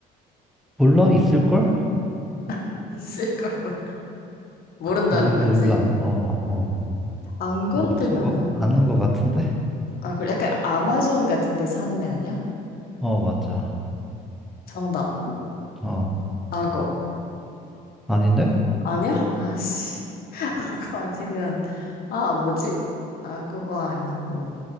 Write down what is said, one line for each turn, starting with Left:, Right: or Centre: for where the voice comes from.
Centre: 몰라? 있을걸?
Left: <laughs> 있을 걸 몰- 모른다는
Centre: 몰,
Left: 거지.
Centre: 몰라. 어, 어.
Left: 안 건들면,
Centre: 맞춘 거, 아는 거 같은데?
Left: 아, 그래. 약간 아마존 같은 데 사는 애 아니야?
Centre: 어, 맞아.
Left: 정답.
Centre: 어,
Left: 악어.
Centre: 아닌데?
Left: 아니야? 아씨. <laughs> 아, 그거 아니면, 아, 뭐지? 아, 그거 아니고.